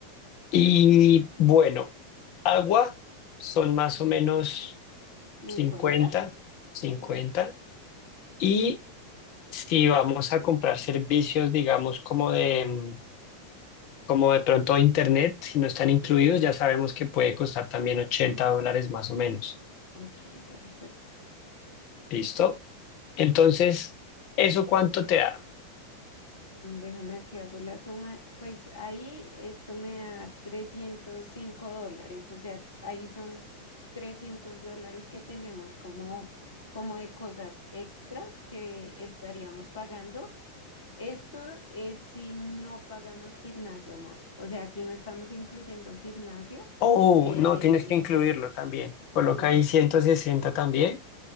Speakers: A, on the left; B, on the left.
A: Y bueno, agua son más o menos
B: 50,
A: 50, cincuenta.
B: sí,
A: Y si vamos a comprar servicios, digamos, como de, mm, como de pronto internet, si no están incluidos, ya sabemos que puede costar también 80 dólares más o menos.
B: 80 exacto.
A: ¿Listo? Entonces, ¿eso cuánto te da?
B: Mm, Déjame que hago la suma. Pues ahí esto me da 305 dólares, o sea, ahí son 300 dólares que tenemos como, como de cosas extras que estaríamos pagando. Esto es si no pagamos gimnasio, amor. O sea, aquí no estamos incluyendo gimnasio.
A: Oh,
B: Eh,
A: no, tienes que incluirlo también. Coloca
B: sí.
A: ahí 160 también